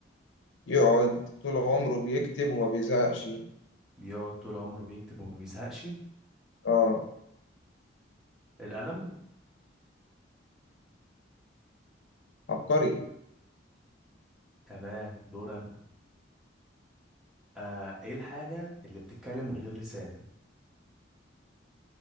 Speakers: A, on the left; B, in the centre.
A: يقعد طول عمره بيكتب وما بيزهقش
B: بيقعد طول عمره بيكتب وما بيزهقش
A: اه
B: القلم
A: عبقري
B: تمام دور انا آه ايه الحاجة اللي بتتكلم من غير لسان